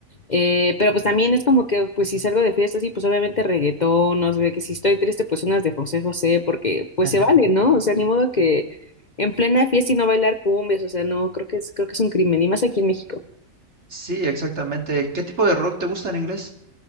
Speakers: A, on the left (about 40°); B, on the right (about 50°).
A: Eh, pero pues también es como que, pues si salgo de fiesta, sí, pues obviamente reggaetón, no sé, de que si estoy triste, pues unas de José José, porque pues
B: <laughs>
A: se vale, ¿no? O sea, ni modo que en plena fiesta y no bailar cumbias, o sea, no, creo que es, creo que es un crimen, y más aquí en México.
B: Sí, exactamente. ¿Qué tipo de rock te gusta en inglés?